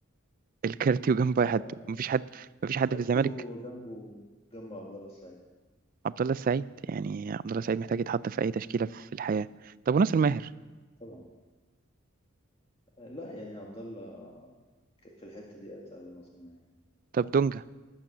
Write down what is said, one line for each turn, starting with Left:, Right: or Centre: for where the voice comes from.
Right: الكارتي وجنبه أي
Left: آه
Right: حد مفيش حد مفيش حد
Left: الكارتيو
Right: في الزمالك
Left: جنبه جنبه عبد الله السعيد
Right: عبد الله السعيد يعني عبد الله السعيد محتاج يتحط في أي تشكيلة في الحياة طب وناصر ماهر
Left: طبعا آه لا يعني عبد الله ك- في الحتة دي أتقل من ناصر ماهر
Right: طب دونجا